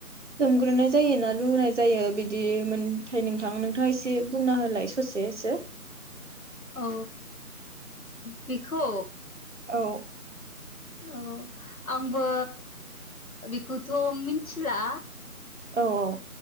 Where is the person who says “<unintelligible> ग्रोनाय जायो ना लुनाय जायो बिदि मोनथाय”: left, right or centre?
Right